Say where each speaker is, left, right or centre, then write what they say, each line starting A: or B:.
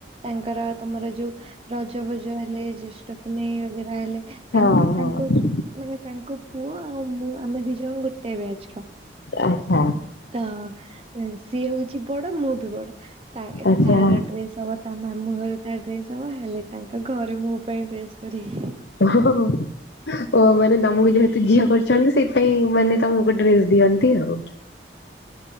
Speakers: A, on the right (about 30°); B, on the left (about 75°).
A: ତାଙ୍କର ତମର ଯୋଉ ରଜଫଜ ହେଲେ ଜ୍ୟେଷ୍ଠ ପୂନେଇ ବଗେରା ହେଲେ ତାଙ୍କ
B: ହଁ ହଁ
A: ତାଙ୍କର ଯୋଉ ମାନେ ତାଙ୍କପୁଅ ଆଉ ମୁଁ ଆମେ ଦିଜଣ ଗୋଟେ ବ୍ୟାଜର।
B: ଆଚ୍ଛା
A: ତ ସିଏ ହଉଚି ବଡ଼ ମୁଁବି ବଡ଼ ତା ଏ,
B: ଆଚ୍ଛା।
A: ତାର ଡ୍ରେସ୍ ହବ ତା ମାମୁଁ ଘରେ ତା ଡ୍ରେସ୍ ହବ ହେଲେ ତାଙ୍କ ଘରେ ମୋପାଇଁ ଡ୍ରେସ୍ କରିବେ।
B: ଓହୋ ହୋ। ଓ ମାନେ ତମକୁ ଯେହେତୁ ଝିଅ କରିଚନ୍ତି ସେଇଥିପାଇଁ ମାନେ ତମକୁ ଡ୍ରେସ୍ ଦିଅନ୍ତି ଆଉ।